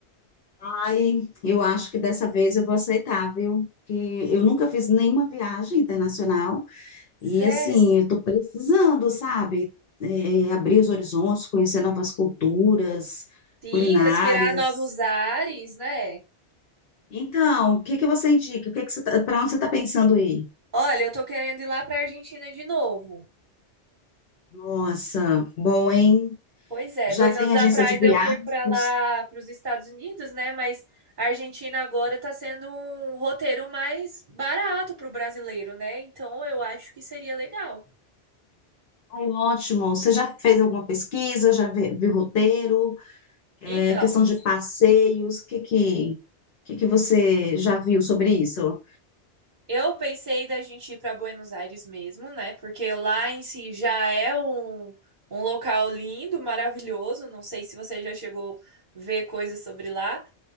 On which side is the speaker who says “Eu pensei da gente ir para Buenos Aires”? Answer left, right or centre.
Right